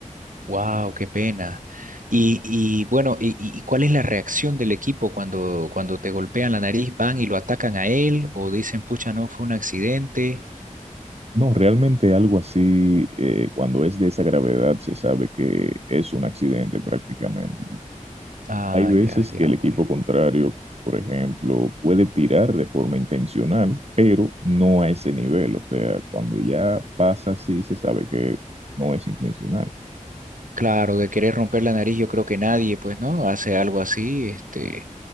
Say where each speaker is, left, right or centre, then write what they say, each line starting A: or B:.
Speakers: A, on the right (about 80°); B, on the right (about 50°).
A: Wow, qué pena. Y, y bueno, y, y- y cuál es la reacción del equipo cuando, cuando te golpean la nariz? ¿Van y lo atacan a él? ¿O dicen, pucha, no, fue un accidente?
B: No, realmente algo así, eh, cuando es de esa gravedad, se sabe que es un accidente prácticamente.
A: Ah,
B: Hay veces
A: ya, ya,
B: que el equipo
A: bueno.
B: contrario, por ejemplo, puede tirar de forma intencional, pero no a ese nivel. O sea, cuando ya pasa así, se sabe que no es intencional.
A: Claro, de querer romper la nariz, yo creo que nadie, pues, ¿no? Hace algo así, este,